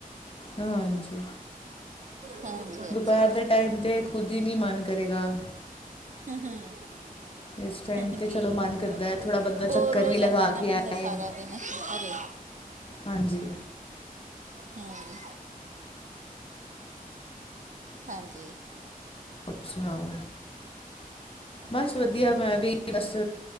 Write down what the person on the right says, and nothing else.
ਹਾਂਜੀ
ਹੂੰ-ਹੂੰ
ਠੀਕ
ਬੋਰ
ਹੋ
ਜਾਂਦਾ
ਨਾ
ਬੰਦਾ
ਸਾਰਾ ਦਿਨ ਘਰੇ <inaudible>
ਹਮ ਹਾਂਜੀ